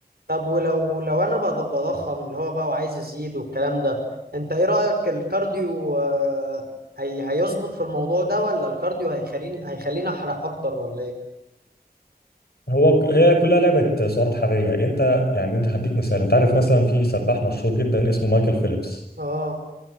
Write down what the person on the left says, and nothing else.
هو ك- هي كلها لعبه سعرات حراريه انت يعني انت هديك مثال انت عارف مثلا في سباح مشهور جدا اسمه مايكل فيليبس